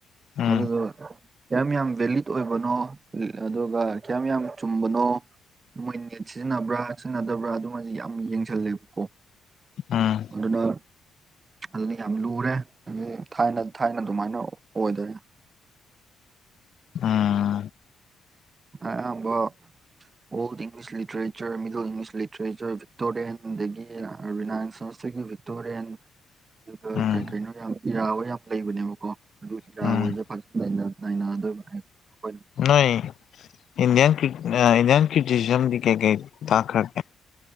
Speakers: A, on the left; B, on the right.
A: ꯎꯝ
B: ꯑꯗꯨꯗꯣ ꯀꯌꯥꯝ ꯌꯥꯝ ꯚꯦꯂꯤꯠ ꯑꯣꯏꯕꯅꯣ ꯑꯗꯨꯒ ꯀꯌꯥꯝ ꯌꯥꯝ ꯆꯨꯝꯕꯅꯣ ꯃꯣꯏ ꯅꯦꯠ ꯁꯤꯖꯤꯟꯅꯕ꯭ꯔꯥ ꯁꯤꯖꯤꯟꯅꯗꯕ꯭ꯔꯥ ꯑꯗꯨꯝꯕꯁꯤ ꯌꯥꯝ ꯌꯦꯡꯁꯜꯂꯦꯕꯀꯣ
A: ꯎꯝ
B: ꯑꯗꯨꯅ ꯑꯗꯨꯅ ꯌꯥꯝ ꯂꯨꯔꯦ ꯊꯥꯏꯅ ꯊꯥꯏꯅ ꯑꯗꯨꯃꯥꯏꯅ ꯑꯣꯏꯗꯔꯦ
A: ꯎꯝ ꯎꯝ
B: ꯑ ꯑꯌꯥꯝꯕ all English literature middle English literature Victorian ꯑꯗꯒꯤ ꯔꯤꯅꯥꯏꯟꯁꯇꯒꯤ ꯇꯨꯔꯦꯟ ꯑꯗꯨꯒ
A: ꯎꯝ
B: ꯀꯩ ꯀꯩꯅꯣ ꯌꯥꯝ ꯏꯔꯥꯕ ꯌꯥꯝ ꯂꯩꯕꯅꯦꯕꯀꯣ ꯑꯗꯨ ꯏꯔꯥ
A: ꯎꯝ
B: ꯍꯣꯏꯁꯦ ꯐꯖꯟ ꯅꯩꯅ-ꯅꯩꯅꯗꯣꯏꯕ ꯑꯩꯈꯣꯏꯅ
A: ꯅꯣꯏ ꯏꯟꯗꯤꯌꯥꯟ ꯀꯔꯤ ꯑ ꯏꯟꯗꯤꯌꯟ ꯀ꯭ꯔꯤꯇꯤꯖꯝꯗꯤ ꯀꯩ ꯀꯩ ꯇꯥꯛꯈꯔꯒꯦ